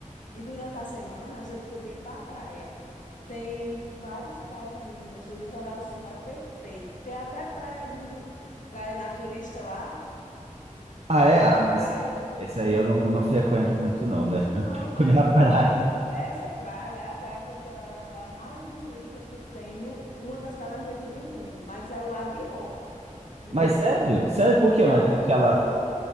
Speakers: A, on the left; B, on the right.
A: E durante a semana a gente podia ir para a praia. Tem várias praias lindas. O litoral sul é perfeito. Tem até praia do, no- praia naturista lá.
B: ah é?
A: Tem
B: Ah,
A: a
B: mas
A: praia do.
B: esse aí
A: Tem.
B: eu não, não frequento muito, não, né? <laughs>
A: Não, mas,
B: Também a
A: vo-
B: praia.
A: mas essa praia é a praia considerada a praia mais bonita que tem, no- uma das praias mais bonitas do mundo, mas é o lado de roupa, entendeu?
B: Mas sério? Sério, por quê?
A: Ela
B: Mas é
A: é
B: porque
A: famosa
B: ela